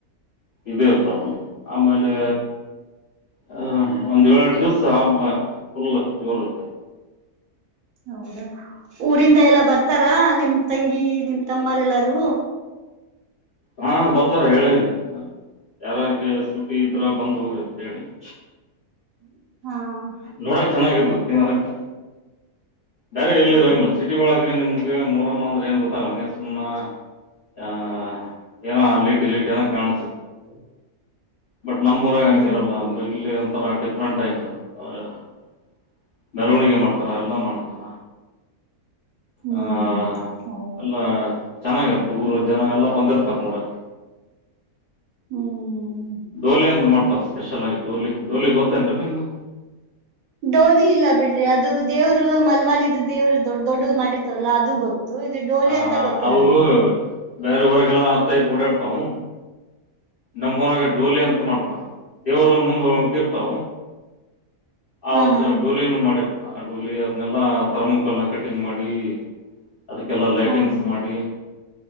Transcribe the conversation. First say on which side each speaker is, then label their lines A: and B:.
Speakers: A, on the left (about 55°); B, on the right (about 70°).
A: ಇದು ಇರ್ತಾವ ಆಮೇಲೆ ಹಾಂ ಒಂದ್ ಯೋಳ್ ಎಂಟ್ ದಿವ್ಸ ಆ ಫುಲ್ ಜೋರ್ ಇರ್ತದ್
B: ಹೌದಾ ಊರಿಂದ ಎಲ್ಲಾ ಬರ್ತಾರಾ ನಿಮ್ ತಂಗಿ ನಿಮ್ ತಮ್ಮರ್ ಎಲ್ಲಾರೂ
A: ಹಾಂ ಬರ್ತಾರೆ ಹೇಳೀನಿ ಅ ಯಾರಾರಿಗೆ ಸುಟಿ ಇದ್ರ ಬಂದ್ ಹೋಗ್ರಿ ಅಂತ್ ಹೇಳಿ <inaudible>
B: ಹಾಂ
A: ನೋಡಾಕ್ ಚೆನ್ನಾಗಿರ್ <unintelligible> ಬೇರೆ ಎಲ್ಲಿ
B: ಹಾ
A: ಇರೋಂಗಿಲ್ಲ ಸಿಟಿ ಒಳಗೆ ನಿಮ್ ಏ ಮೂರಮ್ಮ ಅಂದ್ರೆ ಏನ್ ಗೊತ್ತಾಗಲ್ಲ ಹಂಗೆ ಸುಮ್ನ ಆ ಏನೋ ಅಲ್ಲಿಟ್ ಇಲ್ಲಿಟ್ ಏನೋ ಕಾಣುಸ್
B: <unintelligible>
A: ಬಟ್ ನಮ್ಮೂರಾಗ್
B: ಹ್ಮ್
A: ಹಂಗಿರಲ್ಲ ಬ ಇರ್ಲಿ ಒಂಥರ ಡಿಫ್ ಫ್ರೆಂಟಾಗಿನೊ <unintelligible> ಮೆರವಣಿಗೆ ಮಾಡ್ತಾರ ಎಲ್ಲಾ ಮಾಡ್ತಾರ.
B: ಹ್ಮ್
A: ಹಾಂ
B: ಹೌ
A: ಎಲ್ಲ ಚೆನ್ನಾಗಿರುತ್ ಊರ ಜನ ಎಲ್ಲಾ ಬಂದಿರ್ತಾರ ನೋಡಕ
B: ಹ್ಮ್
A: ಡೋಲಿ ಅಂತ್ ಮಾಡ್ತಾರ ಸ್ಪೆಷಲ್ ಆಗಿ ಡೋಲಿ ಡೋಲಿ ಗೊತ್ತೇನ್ರೀ ನಿಮ್ಗ್?
B: ಡೋಲಿ ಇಲ್ಲ ಬಿಡ್ರಿ ಅದು ದೇವ್ರು ಮಲ್ವಾಲಿದ್ದು ದೇವ್ರು ದೊಡ್ ದೊಡ್ಡದ್ ಮಾಡಿರ್ತಾರಲ್ಲಾ ಅದು ಗೊತ್ ತು. ಇದು ಡೋಲಿ
A: ಆ
B: ಅಂತ ಗೊತ್ತಿಲ್ಲ
A: ಅವು
B: ನಮ್ಗೆ.
A: ಬೇರೆ ಊರಗೆೆಲ್ಲ ಆತ್ತಾಯ ಓಡಾಡ್ತವು ನಮ್ಗೂರಾಗ ಡೋಲಿ ಅಂತ ಮಾಡ್ತಾರ, ದೇವರು ಮುಂದೆ ಹೋಗ್ತಿರ್ತವು ಹೌದು
B: ಹಾ ಹಾ
A: ಡೋಲಿನ ಮಾಡಿರ್ ಆ ಡೋಲಿ ಅದ್ನೆಲ್ಲಾ ತರ್ಮಾಕೋಲ್ನಾಗ್ ಕಟಿಂಗ್ ಮಾಡಿ ಅದಕ್ಕೆಲ್ಲ ಲೈಟಿಂಗ್ಸ್
B: ಹಾ ಹಾ
A: ಮಾಡಿ